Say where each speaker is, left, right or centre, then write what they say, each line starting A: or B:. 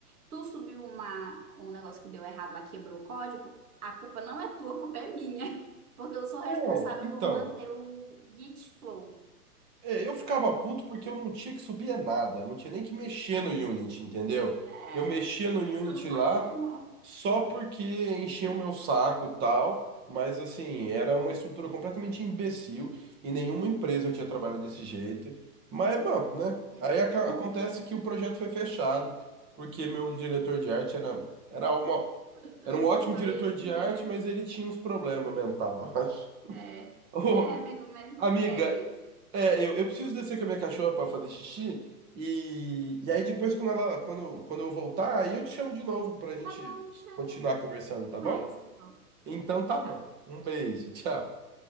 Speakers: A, on the right; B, on the right.
A: Tu subiu uma, um negócio que deu errado lá, quebrou o código, a culpa não é tua, a culpa é minha. <laughs> Porque eu sou responsável
B: É, então.
A: por manter o Git flow.
B: É, eu ficava puto porque eu não tinha que subir é nada, eu não tinha nem que mexer no Unity, entendeu?
A: É,
B: Eu mexia no Unity
A: você não sabia,
B: lá
A: não.
B: só porque enchia o meu saco e tal, mas assim, era uma estrutura completamente imbecil e nenhuma empresa eu tinha trabalhado desse jeito. Mas, bom, né?
A: <laughs>
B: Aí aca- acontece que o projeto foi fechado porque meu diretor de arte era, era uma,
A: Tu, tu
B: era
A: me
B: um ótimo
A: contou
B: diretor
A: isso
B: de arte,
A: já.
B: mas ele tinha uns problemas mental, <laughs> eu acho.
A: É,
B: Ô,
A: é, amigo, mas
B: amiga,
A: é isso.
B: é, eu, eu preciso descer com a minha cachorra pra fazer xixi. E, e aí depois, quando ela, quando, quando eu voltar, aí eu te chamo de novo pra gente
A: Tá bom, me chama
B: continuar conversando, tá
A: mais
B: bom?
A: então.
B: Então tá
A: Tchau.
B: bom. Um beijo, <laughs> tchau.